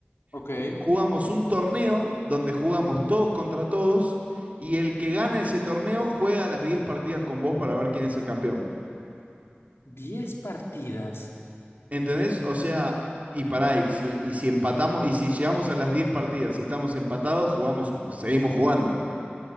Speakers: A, on the left; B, on the right.
A: ok.
B: ju- jugamos un torneo donde jugamos todos contra todos y el que gana ese torneo juega las 10 partidas con vos para ver quién es el campeón.
A: Diez partidas
B: ¿Entendés? O sea, y pará, y si, y si empatamos, y si llegamos a las 10 partidas y estamos empatados, jugamos, seguimos jugando.